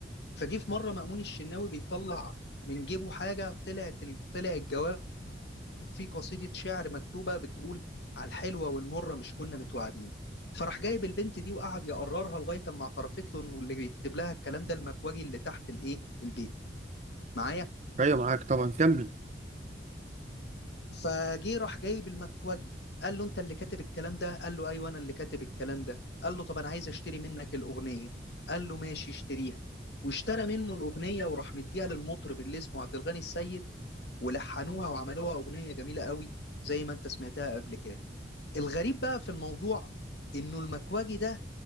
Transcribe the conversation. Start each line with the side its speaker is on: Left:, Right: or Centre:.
Left: فجه في مرة مأمون الشناوي بيطلع من جيبه حاجة طلعت ال- طلع الجواب فيه قصيدة شعر مكتوبة بتقول على الحلوة والمرة مش كنا متوعدين فراح جايب البنت دي وقعد يقررها لغاية اما اعترفت له انه اللي بيكتب لها الكلام ده المكواجي اللي تحت الايه البيت معايا
Right: ايوه معاك طبعا كمل
Left: فجه راح جايب المكوجي قال له انت اللي كاتب الكلام ده قال له ايوه انا اللي كاتب الكلام ده قال له طب انا عايز اشتري منك الاغنيه قال له ماشي اشتريها واشترى منه الاغنيه وراح مديها للمطرب اللي اسمه عبد الغني السيد ولحنوها وعملوها اغنيه جميله قوي زي ما انت سمعتها قبل كده الغريب بقى في الموضوع انه المكواجي ده